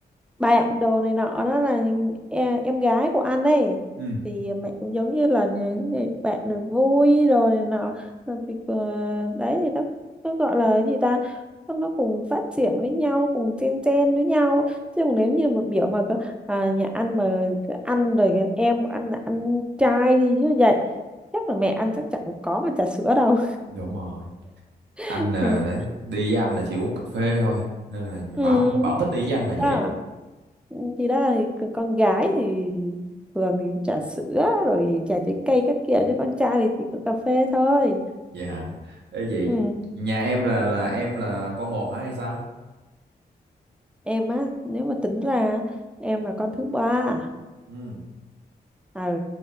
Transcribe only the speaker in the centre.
bạn đồ này nọ đó là những em, em gái của anh ấy
thì mẹ cũng giống như là những người bạn này vui đồ này nọ Rồi thì ờ, đấy thì nó nó gọi là cái gì ta nó nó cùng phát triển với nhau cùng chen chen với nhau chứ còn nếu như mà biểu mà có à, nhà ăn mà cứ ăn rồi cái em của anh là ăn trai đi như vậy chắc là mẹ ăn chắc chẳng có mà trà sữa đâu
<laughs>
ừ
Ừ.
đó
chị đó thì c- con gái thì thường thì trà sữa rồi trà trái cây các kiểu chứ con trai thì chỉ có cà phê thôi
ừ.
em á nếu mà tính ra em là con thứ ba
à,